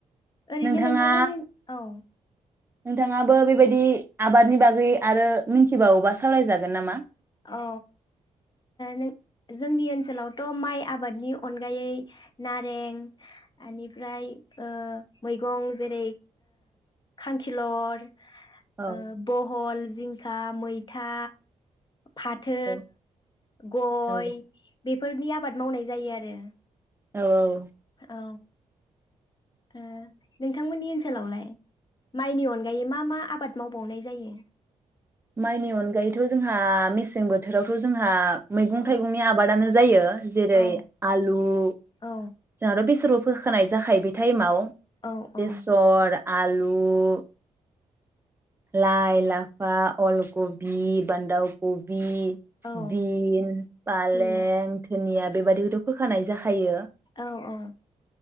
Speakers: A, on the left; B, on the right.
A: ओरैनो
B: नोंथाङा
A: नोंथांमोननि औ
B: नोंथाङाबो बेबायदि आबादनि बागै आरो मिथिबावोबा सावरायजागोन नामा
A: औ नों जोंनि ओनसोलावथ माइ आबादनि अनगायै नारें बेनिफ्राय मैगं जेरै खांखिलर, बहल,
B: औ
A: जिं खा, मैथा, फाथो,
B: औ
A: गय,
B: औ
A: बेफोरनि आबाद मावनाय जायो आरो।
B: औ औ
A: औ ओ नोंथांमोननि ओनसोलावलाय माइनि अनगायै मा मा आबाद मावबावनाय जायो?
B: माइनि अनगायैथ जोंहा मेसें बोथोरावथ जोंहा मैगं
A: औ
B: थाइगंनि आबादानो जायो जेरै
A: औ
B: आलु जोंहाथ
A: औ
B: बेसरबो फोखानाय जाखायो बे टाइमाव
A: औ औ
B: बेेसर आलु <unintelligible> लाइ लाफा अलकबि बान्दा क बि
A: औ
B: बिन पालें
A: उम
B: जोंनिया बेबादिखौथ फोखानाय जाखायो
A: औ औ